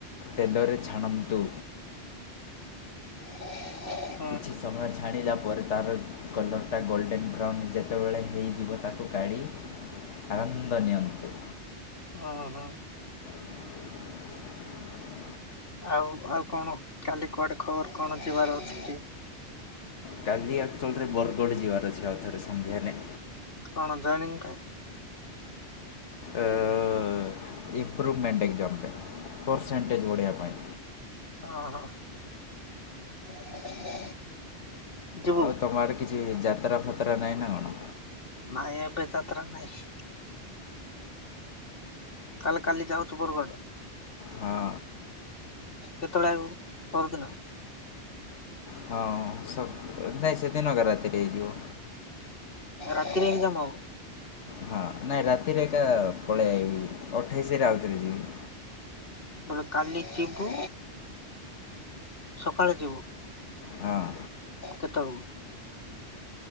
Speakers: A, on the left; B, on the left.
A: ତେଲରେ ଛାଣନ୍ତୁ।
B: <inaudible>
A: କିଛି ସମୟ ଛାଣିଲା ପରେ ତାର କଲର୍ ଟା ଗୋଲ୍ଡେନ୍ ବ୍ରାଉନ୍ ଯେତେବେଳେ ହେଇଯିବ ତାକୁ କାଢି ଆନନ୍ଦ ନିଅନ୍ତୁ।
B: ଓ ହୋ।
A: <unintelligible>
B: ଆଉ -ଆଉ କଣ କାଲି କୁଆଡେ ଖବର୍ କଣ ଯିବାର ଅଛି କି?
A: କାଲି ଆକ୍ଚୁଆଲି ରେ ବରଗଡ୍ ଯିବାର ଅଛି ଆଉଥରେ ସନ୍ଧ୍ୟାରେ।
B: କଣ ଜଏନିଙ୍ଗ୍ ପାଇଁ?
A: ଅ- ଇମ୍ପପ୍ରୁଭମେଣ୍ଟ୍ ଏକ୍ଜାମ୍ ପାଇଁ ପ୍ରସେଣ୍ଟେଜ୍ ବଢେଇବା ପାଇଁ।
B: ଅ ହ। <inaudible> ଯିବୁ
A: ଆଉ ତମ ଆଡେ କିଛି ଯାତ୍ରା ଫାତ୍ରା ନାହିଁ ନା କଣ।
B: ନାଇଁ ଏବେ ଯାତ୍ରା ନାଇଁ। କାଲି ଯାଉଛୁ ବରଗଡ଼।
A: ହଁ
B: କେତେବେଳେ ଆଇବୁ ପରଦିନ।
A: ହଁ ନାଇଁ ସେଦିନଗ ରାତି ହେଇଯିବ।
B: ରାତିରେ ହି କାମ।
A: ହଁ ନାଇଁ ରାତିରେ ଏକା ପଳେଇ ଆାଇବି ଅଠେଇଶରେ ଆଉଥରେ ଯିବି।
B: ତ କାଲି ଯିବୁ ସକାଳେ ଯିବୁ।
A: ହଁ।
B: କେତ ବେଳକୁ।